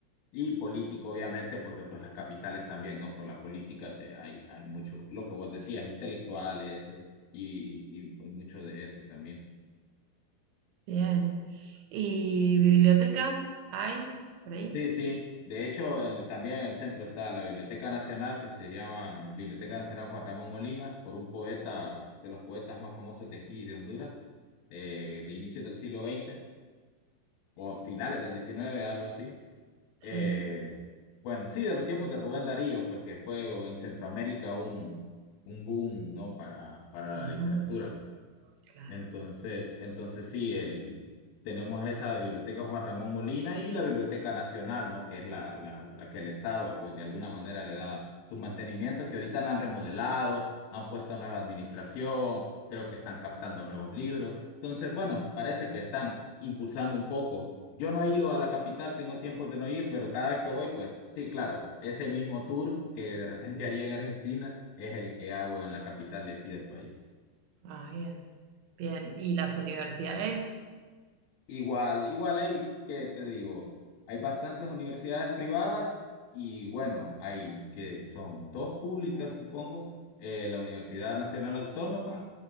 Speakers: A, on the left; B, on the right.
A: y político, obviamente, porque pues las capitales también, ¿no? Por la política te, hay, hay mucho, lo que vos decías, intelectuales, eh, y, y, y mucho de eso también.
B: Bien. ¿Y bibliotecas hay por ahí?
A: Sí, sí. De hecho, en- también en el centro está la Biblioteca Nacional, que se llama Biblioteca Nacional Juan Ramón Molina, por un poeta, de los poetas más famosos de aquí, de Honduras, eh, de inicios del siglo XX o finales del XIX, algo así.
B: Sí.
A: Eh, bueno, sí, de los tiempos de Rubén Darío, pues que fue o en Centroamérica un, un boom, ¿no? Para, para la
B: ujú,
A: literatura.
B: Claro.
A: Entonces, entonces sí, el, tenemos esa biblioteca Juan Ramón Molina y la Biblioteca Nacional, ¿no? Que es la, la, la que el Estado, pues de alguna manera le da su mantenimiento, que ahorita la han remodelado, han puesto nueva administración, creo que están captando nuevos libros. Entonces, bueno, parece que están impulsando un poco. Yo no he ido a la capital, tengo tiempo de no ir, pero cada vez que voy, pues sí, claro, ese mismo tour que de repente <laughs> haría en Argentina es el que hago en la capital de aquí del país.
B: Ah, bien. Bien. ¿Y las universidades?
A: Igual, igual hay, que te digo? Hay bastantes universidades privadas y bueno, hay que son dos públicas, supongo, eh, la Universidad Nacional Autónoma